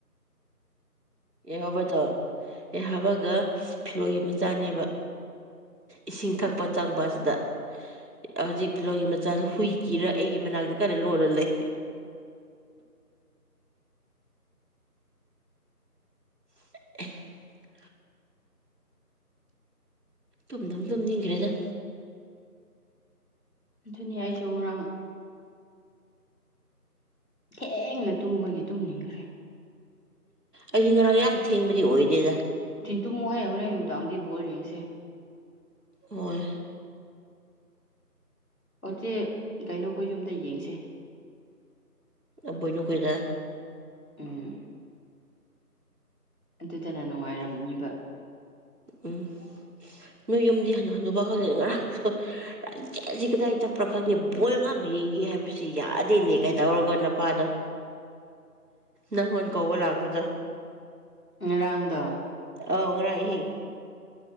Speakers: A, on the right; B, on the left.
A: ꯑꯦ ꯍꯕꯗꯣ ꯑꯦꯍꯕꯒ ꯐꯤꯔꯣꯒꯤ ꯃꯆꯥꯅꯦꯕ ꯏꯁꯤꯡ ꯊꯛꯄ ꯆꯪꯕ ꯑꯁꯤꯗ ꯍꯧꯖꯤꯛ ꯐꯤꯔꯣꯒꯤ ꯃꯆꯥꯁꯨ ꯍꯨꯏ ꯀꯤꯔ ꯑꯩꯒꯤ ꯃꯅꯥꯛꯇ ꯀꯟꯅ ꯂꯣꯜꯂ ꯂꯩ <unintelligible> ꯇꯨꯝꯗꯨꯝ ꯇꯨꯝ ꯅꯤꯡꯈ꯭ꯔꯦꯗ
B: ꯑꯗꯨꯅꯤ ꯑꯩꯁꯨ ꯉꯔꯥꯡ ꯍꯦꯡꯅ ꯇꯨꯝꯕꯒꯤ ꯇꯨꯝꯅꯤꯡꯈ꯭ꯔꯦ
A: ꯑꯩꯗꯤ ꯉꯔꯥꯡ ꯌꯥꯝ ꯊꯦꯡꯕꯗꯤ ꯑꯣꯏꯗꯦꯗ
B: ꯑꯗꯨꯃ ꯍꯣꯏ ꯍꯣꯔꯦꯟ ꯅꯨꯡꯗꯥꯡꯗꯤ ꯕꯣꯜꯜꯂꯤ ꯌꯦꯡꯁꯦ
A: ꯃꯣꯏ
B: ꯑꯣꯆꯦ ꯀꯩꯅꯣꯈꯣꯏ ꯌꯨꯝꯗ ꯌꯦꯡꯁꯦ
A: ꯑꯕꯣꯏꯅꯈꯣꯏꯗ
B: ꯎꯝ ꯑꯗꯨꯗꯅ ꯅꯨꯡꯉꯥꯏꯔꯝꯅꯤꯕ
A: ꯎꯝ ꯅꯣꯏ ꯌꯨꯝꯗꯤ ꯍꯗ ꯍꯟꯗ ꯈꯛꯗ ꯉꯔꯥꯡꯁꯨꯆꯦꯁꯤ ꯀꯗꯥꯏ ꯆꯞꯄ꯭ꯔꯥ ꯈꯛꯅꯤ ꯕꯣꯏ ꯉꯍꯥꯛ ꯌꯦꯡꯒꯦ ꯍꯥꯏꯕꯁꯤ ꯌꯥꯗꯦꯅꯦ ꯀꯩꯗꯧꯔꯒ ꯅꯨꯄꯥꯗꯣ ꯅꯪꯉꯣꯟ ꯀꯧꯕ ꯂꯥꯛꯄꯗꯣ
B: ꯎ ꯔꯥꯡꯗ
A: ꯑꯧ ꯔꯥꯏꯍꯤꯡ